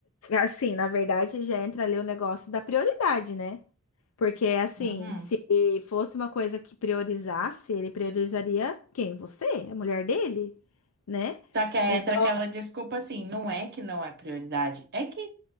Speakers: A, on the left; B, on the right.
A: Assim, na verdade, já entra ali o negócio da prioridade, né? Porque, assim,
B: Uhum.
A: se fosse uma coisa que priorizasse, ele priorizaria quem? Você? A mulher dele, né?
B: Só que aí
A: Então,
B: entra aquela desculpa assim, não é que não é prioridade, é que